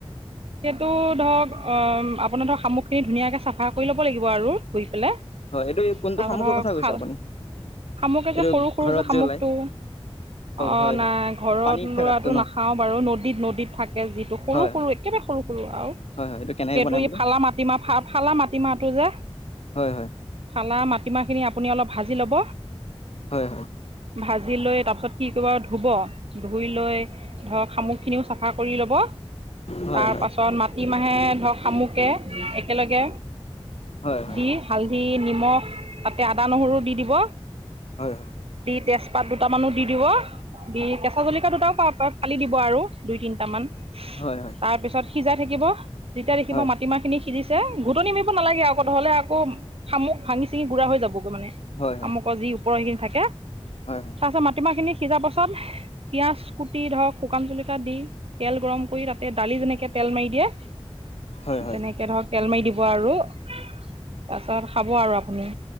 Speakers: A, on the right; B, on the left.
A: সেইটো ধৰক অ' আপোনাৰ ধৰক শামুখ খিনি ধুনীয়াকে চাফা কৰি ল'ব লাগিব আৰু পিলে
B: হয় এইটো কোনটো
A: তাৰপা
B: শামুকৰ
A: ধৰ
B: কথা কৈছে
A: ফাল
B: আপুনি
A: শামুকে
B: এইটো
A: যে সৰু সৰু
B: ঘৰত
A: যে শামুকটো।
B: ওলাই
A: অ'
B: হয়
A: নাই
B: হয়
A: ঘৰত
B: পানীত থকাতো
A: লৰাটো
B: ন
A: নাখাওঁ‌ বাৰু, নদীত নদীত থাকে যিটো সৰু
B: হয়
A: সৰু
B: হয়
A: একেবাৰে। ৰু আও
B: হয় হয় এইটো কেনেকে
A: সেইটো
B: বনাই
A: ই
B: বোলে
A: ফালা মাটিমাহ ফা ফালা মাটিমাহটো যে
B: হয় হয়
A: ফালা মাট মাতিমা খিনি আপুনি অলপ ভাজি ল'ব,
B: হয়
A: ভাজি লৈ তাৰপিছত কি কৰিব? ধুব, ধুই লৈ ধৰক শামু খিনিও চাফা কৰি ল'ব।
B: হয় হয়
A: তাৰ পাছত মাটিমাহে ধৰক শামুকে একেলগে।
B: হয় হয় হয়
A: দি হালধি নিমখ তাতে আদা নহৰু দি দিব
B: হয়
A: দি তেজপাত দুটামানো দি দিব। দি কেঁচা জলকাীয়া দুটাও পালি দিব আৰু দুই তিনিটামান
B: হয় হয়
A: তাৰপিছত সিজাই থাকি। যেতিয়া দেখিব
B: হয়
A: মাটিমাহ খিনি সিজি। ঘুটনি নি মিব নালাগে আকৌতহ'লে আকৌামু ভাঙি চি গুৰা হৈ যাব। মানে
B: হয় হয় হয়
A: আমুকৰ যি ওপৰ সিখিনি থাকে।
B: হয়
A: তাৰপিছত মাটিমাহ খিনি। সিজাৰ পাছত পিয়াজ কুটি ধৰক শুকান জলক দি তেল গৰম কৰি তাত। দালি যেনেকে তেল মাৰি দিয়ে
B: হয়, হয়।
A: তেনেকে ধৰক। তেল মাৰি দিব আৰু তাৰপিছত খাব আৰু আপুনি।